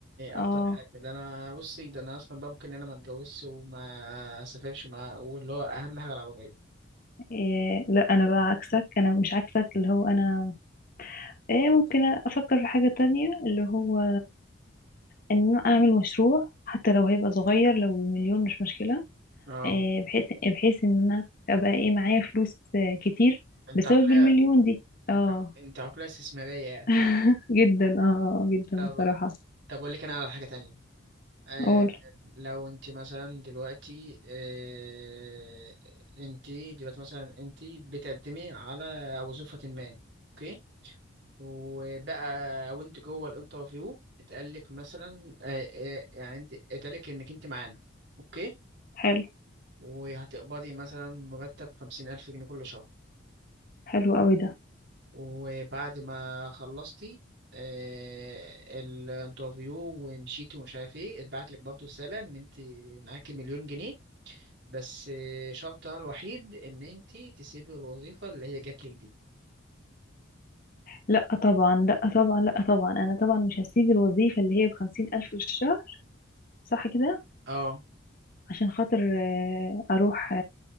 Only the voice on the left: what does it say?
اه
إيه لا انا بقى عكسك انا مش عكسك اللي هو انا إيه ممكن افكر في حاجة تانية اللي هو ان أنا اعمل مشروع حتى لو هيبقى صغير لو بمليون مش مشكلة
إيه بحيث بحيث ان انا ابقى ايه معايا فلوس آه، كتير
بسبب
المليون دي اه
<laughs> جدا اه آه، جدا
بصراحة
قول
حلو
حلو قوي ده
لا طبعا لا طبعا لا طبعا انا طبعا مش هسيب الوظيفة اللي هي بخمسين الف في الشهر صح كده
عشان خاطر آه، اروح